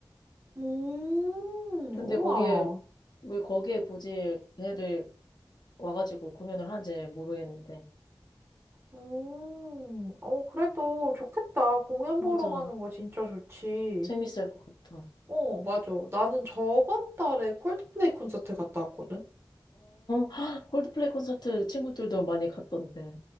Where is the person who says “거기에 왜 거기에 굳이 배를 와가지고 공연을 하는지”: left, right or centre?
Left